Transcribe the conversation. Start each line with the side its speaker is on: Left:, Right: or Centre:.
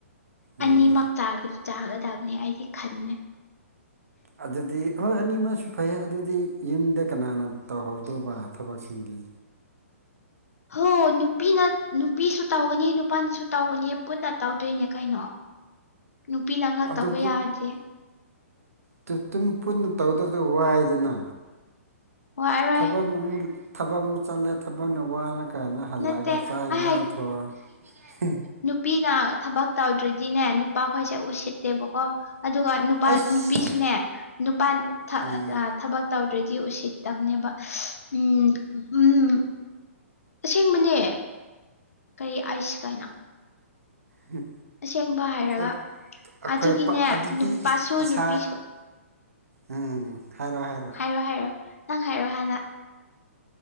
Right: ꯎꯝ
Left: ꯑꯅꯤꯃꯛ ꯆꯥ ꯆꯥꯒꯗꯕꯅꯤ ꯑꯩꯗꯤ ꯈꯟꯕꯅꯦ
Right: ꯑꯗꯨꯗꯤ ꯍꯣꯏ ꯑꯅꯤ ꯃꯁꯨ ꯐꯩꯌꯦ ꯑꯗꯨꯗꯤ ꯌꯨꯝꯗ ꯀꯅꯥꯅ ꯇꯧꯍꯧꯗꯣꯕ ꯊꯕꯛꯁꯤꯡꯗꯤ
Left: ꯍꯣ ꯅꯨꯄꯤꯅ ꯅꯨꯄꯤꯁꯨ ꯇꯧꯒꯅꯤ ꯅꯨꯞ ꯄꯥꯅꯁꯨ ꯇꯧꯒꯅꯤ ꯄꯨꯟꯅ ꯇꯧꯗꯣꯏꯅꯦ ꯀꯩꯅꯣ ꯅꯨꯄꯤꯅ ꯈꯛ
Right: ꯑꯗꯨ
Left: ꯇꯧꯕ ꯌꯥꯗꯦ
Right: ꯇꯨ ꯇꯨꯝ ꯄꯨꯟꯅ ꯇꯧꯗꯕꯗꯣ ꯋꯥꯏꯗꯅ
Left: ꯋꯥ ꯑꯔꯣꯏ
Right: ꯊꯕꯛꯅ ꯑꯃꯨꯛ ꯊꯕꯛ ꯑꯃꯨꯛ ꯆꯠꯂꯦ ꯊꯕꯛꯅ ꯋꯥꯔ ꯀꯥꯟꯅ ꯍꯜꯂꯑꯒ
Left: ꯅꯠꯇꯦ
Right: ꯆꯥꯛ
Left: ꯑꯩ
Right: ꯏꯟꯖꯥꯡ ꯊꯣꯡ ꯍꯦ
Left: ꯄꯤꯅ ꯊꯕꯛ ꯇꯧꯗ꯭ꯔꯗꯤꯅꯦ ꯅꯨꯄꯥꯈꯣꯏꯁꯦ ꯎꯁꯤꯠꯇꯦꯕꯀꯣ ꯑꯗꯨꯒ ꯅꯨꯄꯥ
Right: ꯑꯩꯁ
Left: ꯅꯨꯄꯤꯁꯨꯅꯦ ꯅꯨꯄꯥ ꯊꯥ
Right: ꯎꯝ
Left: ꯑꯥ ꯊꯕꯛ ꯇꯧꯗ꯭ꯔꯗꯤ ꯎꯁꯤꯠꯇꯝꯅꯦꯕ <unintelligible> ꯎꯝ ꯎꯝ ꯑꯁꯦꯡꯕꯅꯦ ꯀꯩ ꯑꯥꯏꯁ ꯀꯥꯏꯅ
Right: ꯍꯨꯝ
Left: ꯑꯁꯦꯡꯕ ꯍꯥꯏꯔꯒ
Right: ꯑꯞ ꯑꯩꯈꯣꯏ
Left: ꯑꯗꯨꯒꯤꯅꯦ
Right: ꯄꯥ ꯑꯗꯨꯗꯤ
Left: ꯅꯨꯄꯥꯁꯨ
Right: ꯏꯁ ꯏꯁꯥ
Left: ꯅꯨꯄꯤꯁꯨ
Right: ꯎꯝ ꯍꯥꯏꯔꯣ ꯍꯥꯏꯔꯣ
Left: ꯍꯥꯏꯔꯣ ꯍꯥꯏꯔꯣ ꯅꯪ ꯍꯥꯏꯔꯣ ꯍꯥꯟꯅ